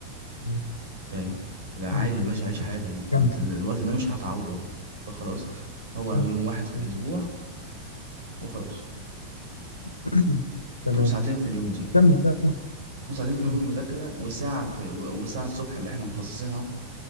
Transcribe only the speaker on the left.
مم.
مم.
كمل
صح
تمام
<coughs> <clears throat> تمام.
كمل كمل
مم.